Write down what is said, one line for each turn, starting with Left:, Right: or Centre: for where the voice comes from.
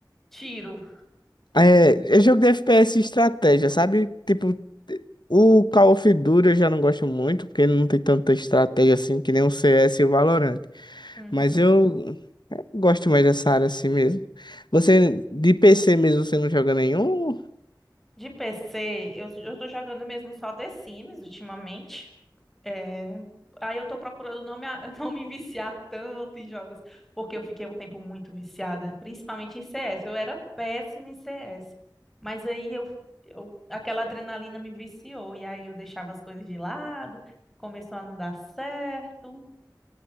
Centre: tiro.
Left: É, é jogo de FPS e estratégia, sabe? Tipo, o Call of Duty eu já não gosto muito, porque não tem tanta estratégia assim que nem o CS e o Valorant.
Centre: Uhum.
Left: Mas eu gosto mais dessa área assim mesmo. Você, de PC mesmo, você não joga nenhum?
Centre: De PC, eu, eu tô jogando mesmo só The Sims ultimamente. É, Aí eu tô procurando não me, a- <laughs> não me viciar tanto em jogos, porque eu fiquei um tempo muito viciada, principalmente em CS. Eu era péssima em CS. Mas aí eu, eu aquela adrenalina me viciou, e aí eu deixava as coisas de lado, começou a não dar certo.